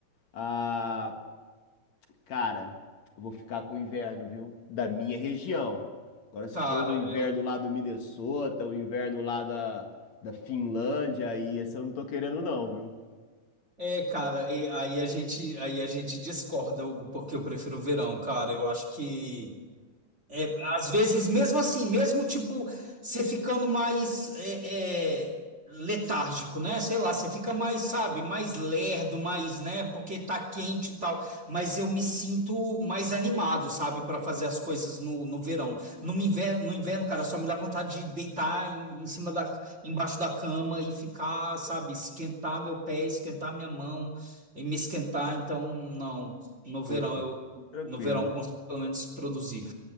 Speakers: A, on the left; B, on the right.
A: Ah, Cara, eu vou ficar com o inverno, viu? Da minha região. Agora, se
B: Cara,
A: for o inverno
B: eu.
A: lá do Minnesota, o inverno lá da, da Finlândia, aí esse eu não tô querendo não, viu?
B: É, cara, e- aí a gente, aí a gente discorda, Hugo, porque eu prefiro o verão, cara. Eu acho que É, às vezes, mesmo assim, mesmo tipo, você ficando mais é, é, letárgico, né? Sei lá, você fica mais, sabe, mais lerdo, mais, né? Porque tá quente e tal. Mas eu me sinto mais animado, sabe, para fazer as coisas no, no verão. No inverno, no inverno, cara, só me dá vontade de deitar em, em cima da, embaixo da cama e ficar, sabe, esquentar meu pé, esquentar minha mão e me esquentar. Então, não, no verão
A: Justo.
B: eu,
A: Tranquilo.
B: no verão eu consigo pelo menos produzir.